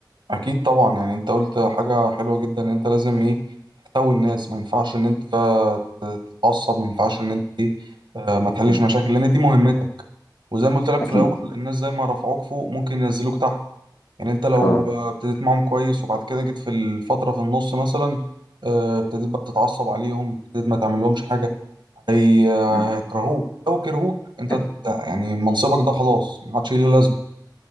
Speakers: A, on the right; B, on the left.
A: اكيد طبعا يعني انت قلت حاجه حلوه جدا ان انت لازم ايه تحتوي الناس ما ينفعش ان انت تتعصب ما ينفعش ان انت ايه آه، ما تحلش
B: م.
A: مشاكل لان دي مهمتك وزي ما قلت لك
B: اكيد
A: في الاول الناس زي ما رفعوك فوق ممكن ينزلوك تحت يعني انت لو
B: اه
A: آه، ابتديت معاهم كويس وبعد كده جيت في الفتره في النص مثلا آه، ابتديت بقى تتعصب عليهم ابتديت ما تعملهمش حاجه هي-
B: م.
A: هيكرهوك لو كرهوك انت
B: اكيد
A: يعني منصبك ده خلاص ما عادش ليه لازمه